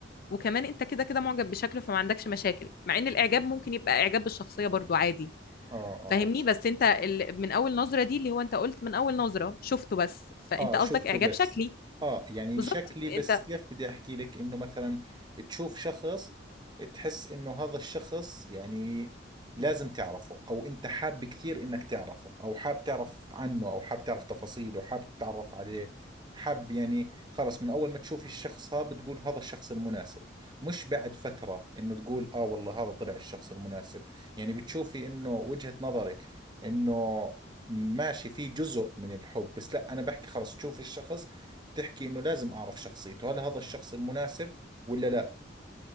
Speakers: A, on the left; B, on the right.
A: وكمان انت كده كده معجب بشكله فما عندكش مشاكل مع ان الاعجاب ممكن يبقى اعجاب بالشخصية برضو عادي
B: آه آه
A: فاهمني بس انت ال- من اول نظرة دي اللي هو انت قلت من اول نظرة شفته بس فانت
B: اه
A: قصدك
B: شفته
A: اعجاب
B: بس
A: شكلي
B: اه يعني
A: بالظبط
B: شكلي بس
A: انت
B: كيف بدي احكي لك انه مثلا تشوف شخص تحس انه هذا الشخص يعني لازم تعرفه او انت حاب كثير انك تعرفه او حاب تعرف عنه او حاب تعرف تفاصيله حاب تتعرف عليه حاب يعني خلص من اول ما تشوف الشخص هذا بتقول هذا الشخص المناسب مش بعد فترة انه تقول اه والله هذا طلع الشخص المناسب يعني بتشوفي انه وجهة نظرك انه ماشي في جزء من الحب بس لا انا بحكي خلص تشوف الشخص تحكي انه لازم اعرف شخصيته هل هذا الشخص المناسب ولا لا